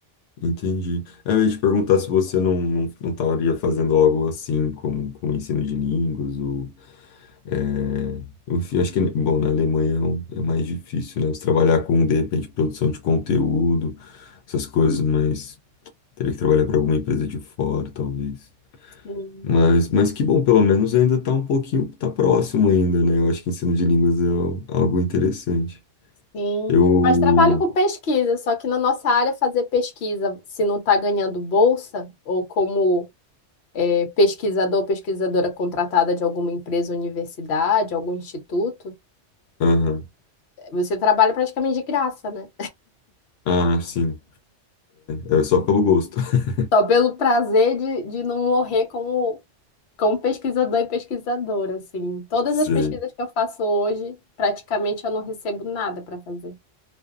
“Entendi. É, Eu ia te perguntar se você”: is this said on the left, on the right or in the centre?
Left